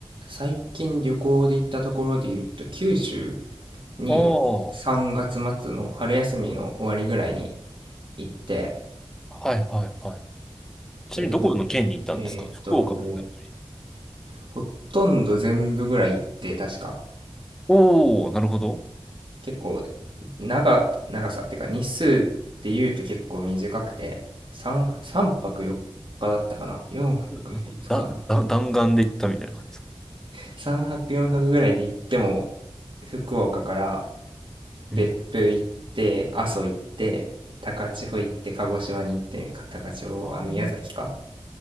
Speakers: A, on the right; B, in the centre.
A: 最近旅行で行ったところで言うと、九州に3月末の春休みの終わりぐらいに
B: おー、
A: 行って、
B: はいはいはい。
A: で、
B: ちなみにどこの県に行ったんですか福岡ですかやっぱり。
A: どこ、えーっと、ほとんど全部ぐらい行って、確か、
B: おー、なるほど。
A: 結構、長、長さっていうか、日数で言うと結構短くて、3、3泊4日だったかな ?4 泊5日
B: なんか、だ、だ、弾丸で行ったみたいな感じですか
A: ?3 泊4泊よんはくぐらいで行っても、福岡から
B: うん。
A: 別府行って、阿蘇行って、高千穂行って、鹿児島に行って、か高千穂は宮崎か
B: あー